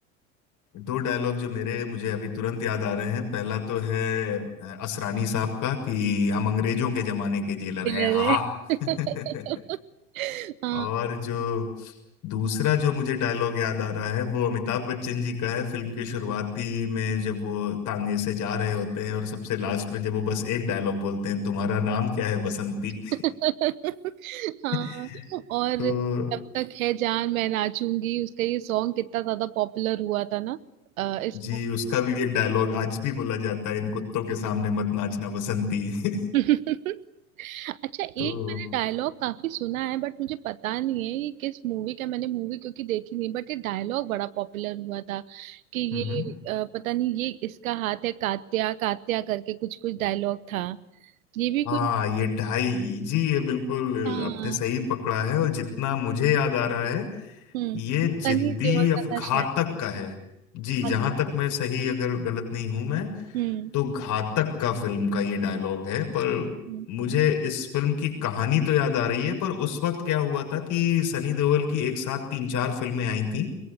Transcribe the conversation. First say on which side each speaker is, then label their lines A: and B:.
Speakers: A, on the left; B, on the right.
A: दो डायलॉग जो मेरे मुझे अभी तुरंत याद आ रहे हैं पहला तो है अ, असरानी साहब का कि हम अंग्रेजों के जमाने के जेलर
B: Thriller
A: हैं हा
B: है <laughs>
A: <laughs>
B: हाँ
A: और जो दूसरा जो मुझे डायलॉग याद आ रहा है वो अमिताभ बच्चन जी का है फिल्म की शुरुआती में जब वो तांगे से जा रहे होते हैं और सबसे लास्ट में जब वो बस एक डायलॉग बोलते हैं तुम्हारा नाम क्या है बसंती
B: <laughs> हाँ
A: <laughs>
B: और
A: तो
B: जब तक है जान मैं नाचूंगी उसका ये सॉन्ग कितना ज्यादा पॉपुलर हुआ था ना अ, इसको
A: जी उसका भी एक डायलॉग आज भी बोला जाता है इन कुत्तों के सामने मत नाचना बसंती <laughs>
B: <laughs> अच्छा एक
A: तो
B: मैंने डायलॉग काफी सुना है बट मुझे पता नहीं है ये किस मूवी का मैंने मूवी क्योंकि देखी नहीं बट ये डायलॉग बड़ा पॉपुलर हुआ था कि ये
A: हम्म
B: अ, पता नहीं ये इसका हाथ है कात्या कात्या करके कुछ कुछ डायलॉग था ये भी
A: हाँ
B: कोई
A: ये ढाई जी ये बिल्कुल
B: हाँ
A: आपने सही पकड़ा है और जितना मुझे याद आ रहा है
B: हम्म
A: ये जिद्दी
B: सनी देओल
A: अफ-
B: तथा
A: घातक
B: शहनाज
A: का है जी जहां
B: अख्तर।
A: तक मैं सही अगर गलत नहीं हूं मैं
B: हम्म
A: तो घातक का फिल्म का ये डायलॉग है पर
B: हम्म,
A: मुझे इस फिल्म की कहानी तो याद आ रही है पर उस वक्त क्या हुआ था कि सनी देओल की एक साथ तीन चार फिल्में आई थी